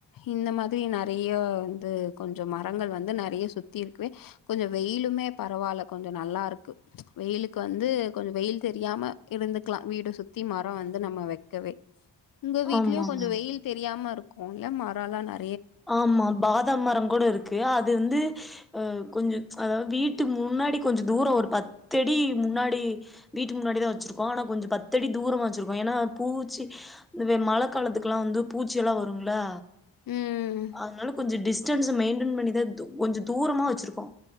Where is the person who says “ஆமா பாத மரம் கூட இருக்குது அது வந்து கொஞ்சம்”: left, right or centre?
Centre